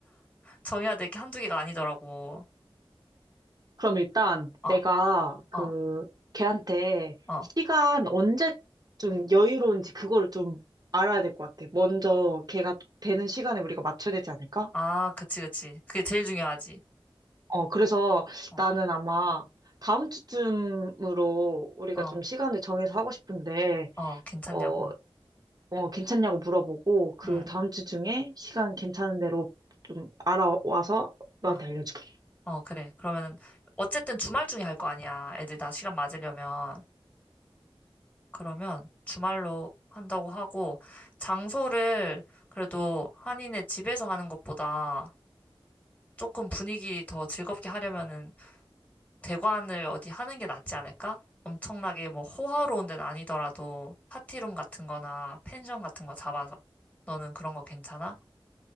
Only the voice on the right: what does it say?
그럼 일단
내가 그,
걔한테
시간 언제쯤 여유로운지 그거를 좀 알아야 될 것 같아. 먼저 걔가 되는 시간에 우리가 맞춰야 되지 않을까?
어, 그래서
나는 아마 다음 주쯤으로 우리가
좀 시간을 정해서 하고 싶은데,
어 어, 괜찮냐고 물어보고 그
다음 주 중에 시간 괜찮은 대로 좀 알아와서 너한테
알려줄게.